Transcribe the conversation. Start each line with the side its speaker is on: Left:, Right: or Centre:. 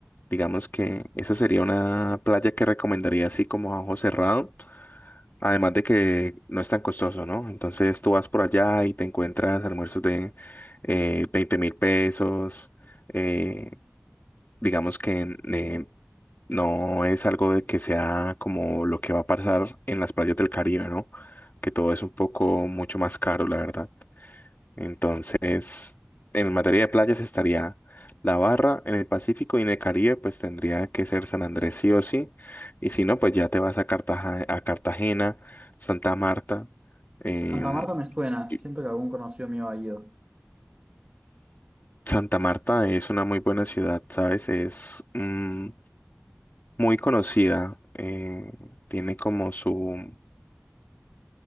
Left: Digamos que esa sería una playa que recomendaría así como a ojo cerrado. Además de que no es tan costoso, ¿no? Entonces tú vas por allá y te encuentras almuerzos de eh, veinte mil pesos. eh, digamos que eh, no es algo de que sea como lo que va a pasar en las playas del Caribe, ¿no? Que todo es un poco mucho más caro, la verdad. Entonces, en materia de playas estaría La Barra, en el Pacífico y en el Caribe, pues tendría que ser San Andrés sí o sí. Y si no, pues ya te vas a Cartaja- a Cartagena, Santa Marta. em,
Right: Santa Marta me suena.
Left: y
Right: Siento que algún conocido mío ha ido.
Left: Santa Marta es una muy buena ciudad, ¿sabes? Es mm, muy conocida, eh, tiene como su,